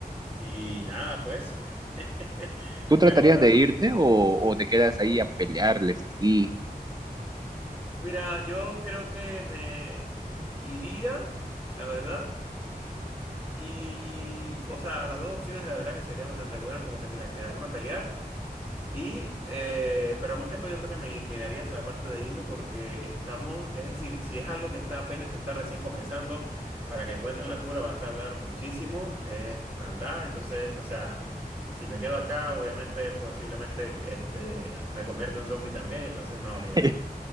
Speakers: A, on the left; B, on the right.
A: y nada, pues, <laughs>
B: ¿Tú
A: resguardarme.
B: tratarías de irte o, o te quedas ahí a pelearles así?
A: Mira, yo creo que me iría, la verdad. Y, o sea, las dos opciones la verdad que serían bastante buenas, como que, mira, quedarme a pelear. Y, eh, pero más que todo yo creo que me inclinaría hacia la parte de irme porque estamos, es decir, si es algo que está apenas está recién comenzando, para que encuentren la cura va a tardar muchísimo, es maldad, entonces, o sea, si me quedo acá, obviamente, posiblemente, este, me convierto en un zombie también, entonces, no, mira.
B: <laughs>